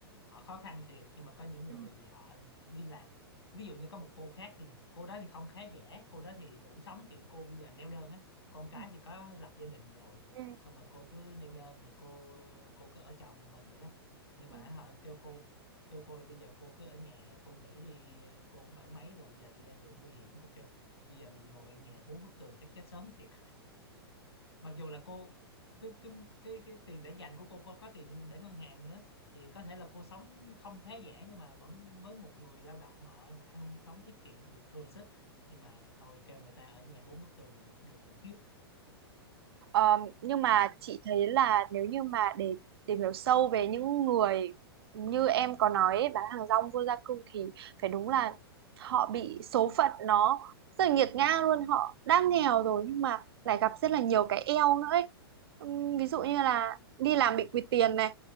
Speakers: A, on the left (about 85°); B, on the right (about 70°).
A: họ khó khăn thiệt nhưng mà có những
B: Ừ,
A: người thì họ đi làm ví dụ như có một cô khác thì cô đó thì không khá giả cô đó thì đủ sống kiểu cô bây giờ neo đơn á con cái
B: ừ,
A: thì có lập gia đình rồi
B: ừ,
A: xong mà cô cứ neo đơn thì cô cô cứ ở trọ một mình vậy đó nhưng
B: ừ.
A: mà họ kêu cô kêu cô là bây giờ cô cứ ở nhà cô nghỉ đi cô cũng bảy mấy rồi giờ đi ra đường nguy hiểm cô kêu bây giờ mày ngồi ở nhà bốn bức tường chắc chết sớm thiệt mặc dù là cô cái cái cái cái tiền để dành của cô cô có tiền để ngân hàng nữa thì có thể là cô sống không khá giả nhưng mà vẫn với một người lao động họ ăn sống tiết kiệm thì thừa sức nhưng mà thôi kêu người ta ở nhà bốn bức tường là một điều khủng khiếp
B: Ờ, nhưng mà chị thấy là nếu như mà để tìm hiểu sâu về những người như em có nói ấy, bán hàng rong vô gia cư thì phải đúng là họ bị số phận nó rất là nghiệt ngã luôn họ đã nghèo rồi nhưng mà lại gặp rất là nhiều cái eo nữa ấy. Ừm, ví dụ như là đi làm bị quỵt tiền này